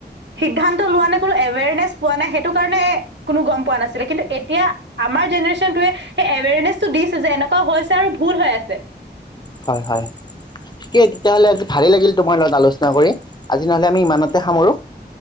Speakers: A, on the right (about 85°); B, on the left (about 25°).
A: সিদ্ধান্ত লোৱা নাই কোনো এৱেৰনেছ পোৱা নাই সেইটো কাৰণে কোনো গম পোৱা নাছিলে, কিন্তু এতিয়া আমাৰ জেনেৰেশ্যনটোৱে সেই এৱেৰনেছটো দিছে যে এনেকুৱা হৈছে আৰু ভুল হৈ আছে।
B: হয় হয়। ঠিকেই তেতিয়াহলে আজি ভালে লাগিল তোমাৰ লগত আলোচনা কৰি। আজি নহলে আমি ইমানতে সামৰো?